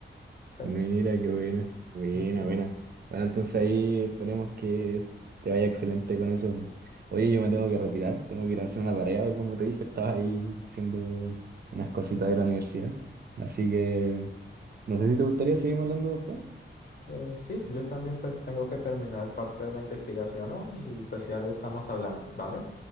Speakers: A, on the left; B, on the right.
A: sí.
B: Mira, qué buena, buena,
A: Ujú.
B: buena. Bueno, entonces ahí esperemos que te vaya excelente con eso. Oye, yo me tengo que retirar, tengo que ir a hacer una tarea, como te dije, estaba ahí haciendo unas cositas de la universidad. Así que no sé si te gustaría seguir hablando después.
A: Eh, sí, yo también pues tengo que terminar parte de la investigación hoy y pues si algo estamos hablando, ¿vale?